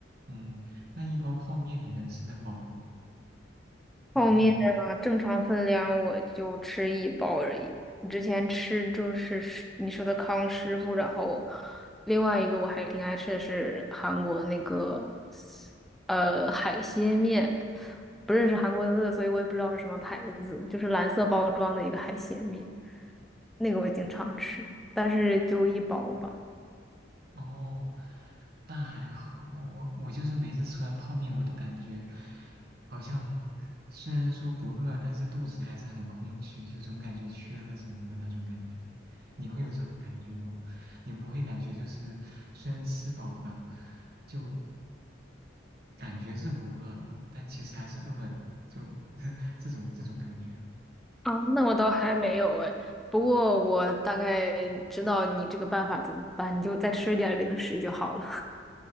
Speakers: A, on the right; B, in the centre.
A: 嗯，那一包泡面你能吃得饱吗？晚饭？
B: 泡面啊，正常分量我就吃一包而已。我之前吃就是是你说的康师傅，然后另外一个我还挺爱吃的是韩国那个呃海鲜面，不认识韩国字，所以我也不知道是什么牌子，就是蓝色包装的一个海鲜面，那个我经常吃，但是就一包吧。
A: 哦，那还好，我我就是每次吃完泡面，我都感觉好像虽然说不饿，但是肚子还是很空虚，就总感觉缺了什么的那种感觉。你会有这种感觉吗？你不会感觉就是虽然吃饱了，就感觉是不饿了，但其实还是饿的，就 <laughs> 这种这种感觉。
B: 啊，那我倒还没有哎，不过我大概知道你这个办法怎么办，你就再吃点零食就好了。